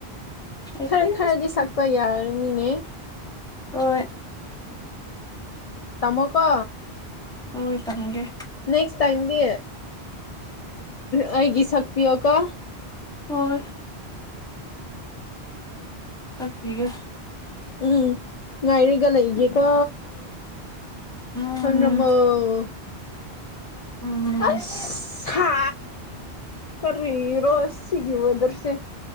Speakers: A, in the centre; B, on the left (about 45°).
A: ꯑꯩ
B: ꯈꯔ
A: ꯀꯔꯤꯁꯨ
B: ꯈꯔꯗꯤ ꯁꯛꯄ ꯌꯥꯔꯅꯤꯅꯦ
A: ꯑꯣꯏ
B: ꯇꯝꯃꯣꯀꯣ
A: ꯍꯣꯏ ꯇꯝꯒꯦ
B: ꯅꯦꯛꯁ ꯇꯥꯏꯝꯗꯤ ꯑꯩꯒꯤ ꯁꯛꯄꯤꯌꯣꯀꯣ
A: ꯑꯣ ꯁꯛꯄꯤꯒꯦ
B: ꯎꯝ ꯉꯥꯏꯔꯒ ꯂꯩꯒꯦꯀꯣ
A: ꯎꯝ
B: <unintelligible>
A: ꯎꯝ
B: ꯑꯁ ꯀꯥꯔꯤꯔꯣ ꯁꯤꯒꯤ ꯋꯦꯗꯔꯁꯦ